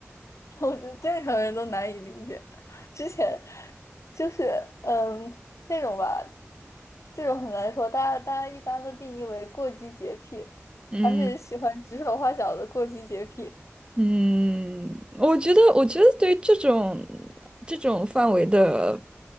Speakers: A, on the left (about 85°); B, on the right (about 20°).
A: <laughs> 我觉得正常人都难以理解。之前就是，嗯，这种吧，这种很难说。大家大家一般都定义为过激洁癖，
B: 嗯。
A: 而且喜欢指手画脚的过激洁癖。
B: 嗯，我觉得，我觉得对于这种这种范围的，